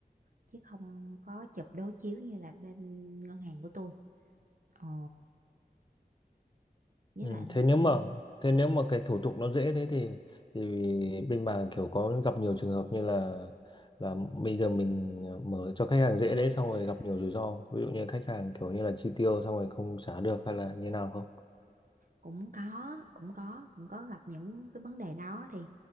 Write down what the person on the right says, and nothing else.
chứ không có chụp đối chiếu như là bên ngân hàng của tôi ồ với
lại
ừ,
cũng có cũng có cũng có gặp những cái vấn đề đó thì